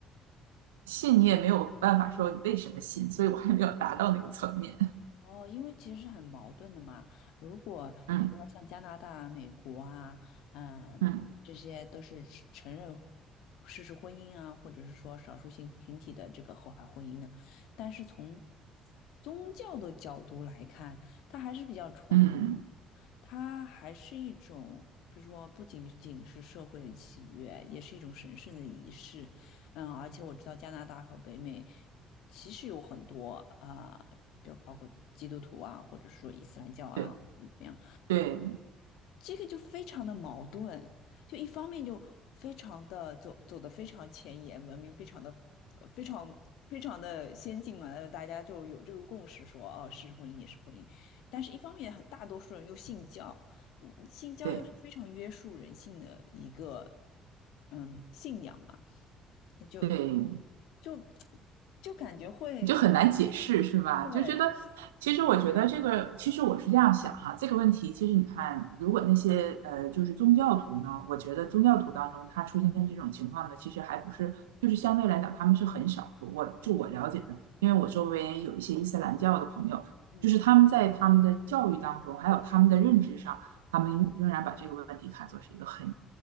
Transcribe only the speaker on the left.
哦，因为其实很矛盾的嘛。如果比如说像加拿大、
美国啊，嗯，
这些都是承认事实婚姻啊，或者是说少数性群体的这个合法婚姻的，但是从宗教的角度来看，比较传。
它还是一种，比如说不仅仅是社会的契约，也是一种神圣的仪式。嗯，而且我知道加拿大和北美其实有很多啊，呃比如包括基督徒啊，或者说伊斯兰教啊，
或者怎么样。
这个就非常的矛盾，就一方面就非常的走走的非常前沿，文明非常的呃非常非常的先进嘛，呃大家就有这个共识说，哦，是婚姻也是婚姻，但是一方面很大多数人又信教，嗯信教又是非常约束人性的一个
嗯信仰嘛，那就
就就感觉会
对，
嗯，